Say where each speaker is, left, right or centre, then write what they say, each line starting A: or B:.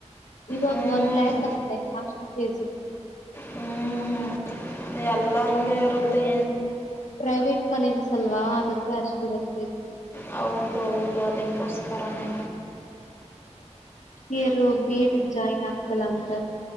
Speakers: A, on the left; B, on the left.
A: ಇವಾಗ
B: ಹ್ಞೂ
A: ಒನ್ ಲ್ಯಾಕ್
B: ಜ
A: ಅಂತೆೆ ಅಷ್ಟು ತೇಜು
B: ಹ್ಞೂ ಎಲ್ಲ ಹಂಗೆ ಇರುತ್ತೆ
A: ಪ್ರೈವೇಟ್ ಕಾಲೇಜಸ್ ಅಲ್ವಾ ಅದಕ್ಕೆ ಅಷ್ಟಿರುತ್ತೆ
B: ಹೌದು ಹೌದು ಅದಕ್ಕೋಸ್ಕರನೇ
A: ೇ ರೋ ಬೀಟ್ ಜಾಯಿನ್ ಆಗ್ತಲಂತ